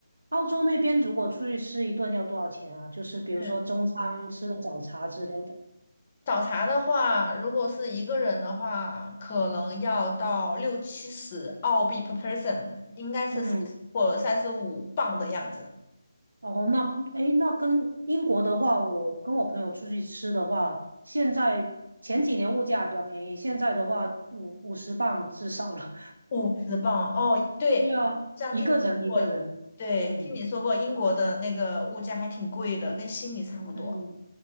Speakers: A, on the right (about 70°); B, on the left (about 30°).
A: 澳洲那边如果出去吃一顿要多少钱啊？就是比如说中餐吃个早茶之类的。
B: 嗯。早茶的话，如果是一个人的话，可能要到六七十澳币 per person，应该是
A: 嗯
B: 或三十五磅的样子，
A: 哦，那诶，那跟英国的话，我跟我朋友出去吃的话，现在前几年物价比较便宜，现在的话五五十磅至少了。
B: 五十磅。哦，
A: <laughs>
B: 对，
A: 对啊，
B: 这样听你说过，
A: <laughs> 一个人一个人，
B: 对，
A: 嗯。
B: 听你说过英国的那个物价还挺贵的，跟悉尼差不多。
A: 嗯，